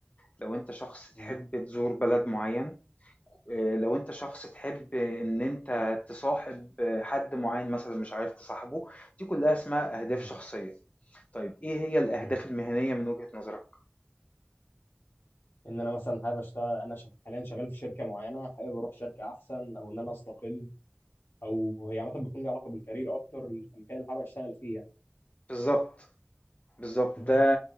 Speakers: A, on the left; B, on the left.
A: لو انت شخص
B: مهم.
A: تحب تزور بلد معين آه، لو انت شخص تحب ان انت تصاحب آه، حد معين مثلا مش عارف تصاحبه دي كلها اسمها اهداف
B: مهم.
A: شخصية طيب ايه هي الاهداف
B: مهم.
A: المهنية من وجهة نظرك
B: ان انا مثلا حابب اشتغل انا شغ- حاليا شغال في شركه معينه حابب اروح شركه احسن او ان انا استقل او هي عامه بيكون لي علاقه بالكارير اكتر المكان اللي حابب اشتغل فيه يعني
A: بالظبط بالظبط
B: مهم.
A: ده